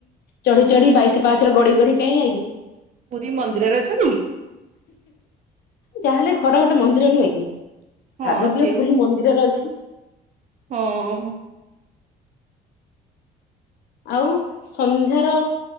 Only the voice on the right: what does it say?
ପୁରୀ ମନ୍ଦିରରେ ଅଛନ୍ତି କି?
ହଁ
ସିଏ ବି
ହଁ।